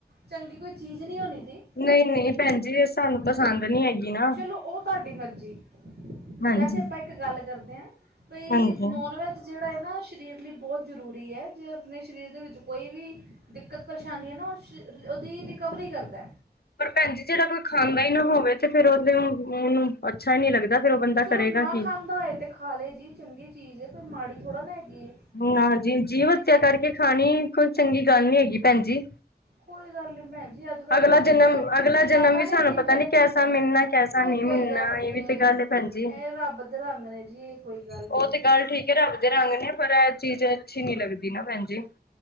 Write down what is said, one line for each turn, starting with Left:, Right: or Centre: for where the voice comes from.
Right: ਚੰਗੀ ਕੋਈ ਚੀਜ਼ ਨੀ ਹੋਨੀ ਜੀ।
Left: ਨਈ- ਨਈ ਭੈਣ ਜੀ ਏ ਸਾਨੂੰ ਪਸੰਦ ਨੀ ਹੈਗੀ। ਨਾ
Right: ਚਲੋ ਉਹ ਤੁਹਾਡੀ ਮਰਜ਼ੀ,
Left: ਹਾਂਜੀ।
Right: ਵੈਸੇ ਆਪਾਂ ਇੱਕ ਗਲ ਕਰਦੇ ਐਂ। ਬਈ
Left: ਹਾਂਜੀ।
Right: ਨੋਨ ਵੈਜ ਜਿਹੜਾ ਹੈ ਨਾ ਸਰੀਰ ਲਈ ਬਹੁਤ ਜ਼ਰੂਰੀ ਹੈ ਜੇ ਆਪਣੇ ਸਰੀਰ ਦੇ ਵਿੱਚ ਕੋਈ ਵੀ ਦਿੱਕਤ ਪਰੇਸ਼ਾਨੀ ਨਾ ਉਹ ਉਹਦੀ ਰਿਕਵਰੀ ਕਰਦਾ
Left: ਪਰ ਭੈਣ ਜੀ ਜਿਹੜਾ ਕੋਈ ਖਾਂਦਾ ਹੀ ਨਾ ਹੋਵੇ ਤੇ ਫੇਰ ਉਹਦੇ ਉਹਨੂੰ ਅੱਛਾ ਹੀ ਨਹੀ ਲੱਗਦਾ ਫੇਰ ਉਹ ਬੰਦਾ
Right: ਚਲੋ
Left: ਕਰੇਗਾ
Right: ਨਾ ਖਾਂਦਾ
Left: ਕੀ।
Right: ਹੋਏ ਤਾਂ ਖਾ ਲਏ ਜੀ ਚੰਗੀ ਚੀਜ਼ ਹੈ ਫਿਰ ਮਾੜੀ ਥੋੜ੍ਹਾ ਨਾ ਹੈਗੀ
Left: ਨਾ ਜੀ ਜੀਵ ਹੱਤਿਆ ਕਰਕੇ ਖਾਣੀ ਕੋਈ ਚੰਗੀ ਗੱਲ ਨੀ ਹੈਗੀ ਭੈਣਜੀ
Right: ਕੋਈ ਗੱਲ ਨਹੀਂ ਭੈਣ ਜੀ ਅੱਜ ਕੱਲ੍ਹ
Left: ਅਗਲਾ
Right: ਲੋਕੀ
Left: ਜਨਮ,
Right: ਐ
Left: ਅਗਲਾ
Right: ਸ਼ਰਾਬਾਂ
Left: ਜਨਮ ਵੀ
Right: ਨਹੀਂ
Left: ਸਾਨੂੰ
Right: ਪੀਂਦੇ
Left: ਪਤਾ ਨੀ ਕੈਸਾ ਮਿਲਣਾ ਕੈਸਾ
Right: ਉਹ
Left: ਨੀ
Right: ਕੋਈ
Left: ਮਿਲਣਾ
Right: ਗੱਲ ਨਹੀਂ
Left: ਇਹ ਵੀ
Right: ਹੈ,
Left: ਤੇ ਗੱਲ ਭੈਣਜੀ,
Right: ਇਹ ਰੱਬ ਦੇ ਰੰਗ ਨੇ ਜੀ ਇਹ ਕੋਈ ਗੱਲ
Left: ਉਹ
Right: ਨਹੀਂ
Left: ਤੇ ਗੱਲ ਠੀਕ ਰੱਬ ਦੇ ਰੰਗ ਨੇ ਪਰ ਇਹ ਚੀਜ਼ ਅੱਛੀ ਨੀ ਲੱਗਦੀ ਨਾ ਭੈਣ ਜੀ